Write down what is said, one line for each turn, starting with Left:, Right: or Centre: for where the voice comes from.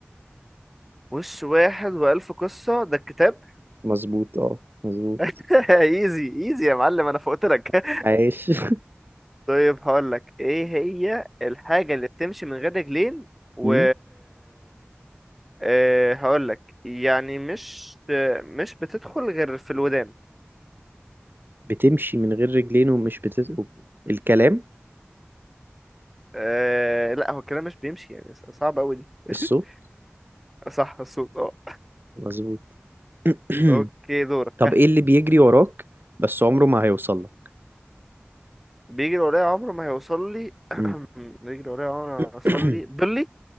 Centre: وش واحد وألف قصة ده الكتاب
Right: مظبوط اه مظبوط
Centre: <laughs> ايزي ايزي يا معلم انا فوقت لك <laughs>
Right: عايش <laughs>
Centre: طيب هقول لك ايه هي الحاجة اللي بتمشي من غير رجلين و
Right: مم.
Centre: أه هقولك يعني مش مش بتدخل غير في الودان
Right: بتمشي من غير رجلين ومش بتس... الكلام
Centre: أه لا هو الكلام مش بيمشي يعني صعب أوي دي <laughs>
Right: الصوت
Centre: صح الصوت اه
Right: مظبوط <clears throat>
Centre: اوكي دورك
Right: طب
Centre: ها.
Right: ايه اللي بيجري وراك بس عمره ما هيوصل لك
Centre: بيجري ورايا عمره ما هيوصل لي <clears throat>
Right: مم.
Centre: بيجري ورايا عمره ما
Right: <clears throat>
Centre: هيوصل لي ضلي